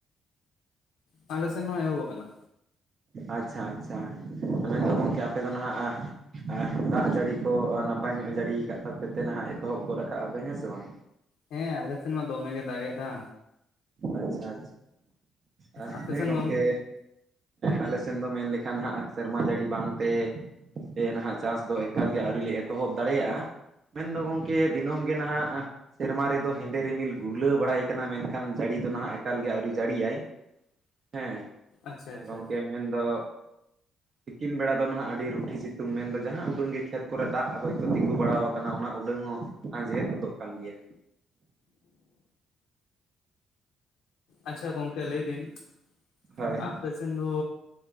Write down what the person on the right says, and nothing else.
ᱟᱪᱪᱷᱟ ᱟᱪᱪᱷᱟ ᱢᱮᱱᱫᱚ ᱜᱚᱢᱠᱮ ᱟᱯᱮ ᱫᱚ ᱱᱟᱦᱟᱸᱜ ᱟᱦ ᱫᱟᱜ ᱡᱟᱹᱲᱤ ᱠᱚ ᱱᱟᱯᱟᱭ ᱧᱚᱜ ᱡᱟᱹᱲᱤ ᱟᱠᱟᱫ ᱛᱟᱯᱮᱛᱮ ᱱᱟᱦᱟᱜ ᱮᱛᱚᱦᱚᱵ ᱜᱚᱫ ᱠᱟᱜ-ᱟ ᱯᱮ ᱦᱮᱸ ᱥᱮ ᱵᱟᱝ᱾
ᱟᱪᱪᱷᱟ ᱟᱪᱪᱷᱟ
ᱦᱮᱸ
ᱜᱚᱝᱠᱮ, ᱟᱞᱮ ᱥᱮᱱ ᱫᱚ ᱢᱮᱱ ᱞᱮᱠᱷᱟᱱ ᱦᱟᱸᱜ ᱥᱮᱨᱢᱟ ᱡᱟᱹᱲᱤ ᱵᱟᱝᱛᱮ ᱥᱮ ᱱᱟᱦᱟᱸᱜ ᱪᱟᱥ ᱫᱚ ᱮᱠᱟᱞᱜᱮ ᱟᱹᱣᱨᱤ ᱞᱮ ᱮᱛᱚᱦᱚᱵ ᱫᱟᱲᱮᱭᱟᱜ-ᱟ᱾ ᱢᱮᱱᱫᱚ ᱜᱚᱢᱠᱮ ᱫᱤᱱᱟᱹᱢ ᱜᱮ ᱱᱟᱦᱟᱜ ᱥᱮᱨᱢᱟ ᱨᱮᱫᱚ ᱦᱮᱸᱫᱮ ᱨᱤᱢᱤᱞ ᱜᱩᱨᱞᱟᱹᱣ ᱵᱟᱲᱟᱭ ᱠᱟᱱᱟ, ᱢᱮᱱᱠᱷᱟᱱ ᱠᱷᱟᱱ ᱡᱟᱹᱲᱤ ᱫᱚ ᱱᱟᱦᱟᱜ ᱮᱠᱟᱞ ᱜᱮ ᱟᱹᱣᱨᱤ ᱡᱟᱹᱲᱤᱭᱟᱭ ᱦᱮᱸ
ᱜᱚᱝᱠᱮ, ᱢᱮᱱᱫᱚ ᱛᱤᱠᱤᱱ ᱵᱮᱲᱟ ᱫᱚ ᱱᱟᱦᱟᱜ ᱟᱹᱰᱤ ᱨᱩᱴᱷᱤ ᱥᱤᱛᱩᱝ ᱢᱮᱱᱫᱚ ᱡᱟᱦᱟᱸ ᱩᱰᱟᱹᱝ ᱜᱮ ᱠᱷᱮᱛ ᱠᱚᱨᱮ ᱫᱟᱜ ᱦᱚᱭᱛᱳ ᱛᱤᱜᱩ ᱵᱟᱲᱟᱣ ᱠᱟᱱᱟ ᱚᱱᱟ ᱩᱰᱟᱹᱝ ᱦᱚᱸ ᱟᱸᱡᱮᱫ ᱜᱫᱚᱜ ᱠᱟᱱ ᱜᱮᱭᱟ᱾
ᱦᱳᱭ